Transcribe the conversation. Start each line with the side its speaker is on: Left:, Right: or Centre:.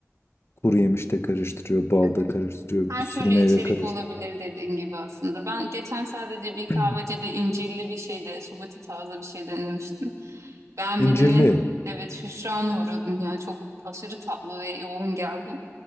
Left: Kuru yemiş de karıştırıyor, bal
Right: Evet.
Left: da karıştırıyor,
Right: Her
Left: bir sürü
Right: türlü
Left: meyve
Right: içerik
Left: karıştırıyor.
Right: olabilir dediğin gibi aslında. Ben geçen sadece bir
Left: <clears throat>
Right: kahvecide incirli bir şeyde, subuti tarzı bir şey denemiştim. Beğenmedim
Left: İncirli.
Right: ve evet hüsrana uğradım. Yani çok aşırı tatlı ve yoğun geldi.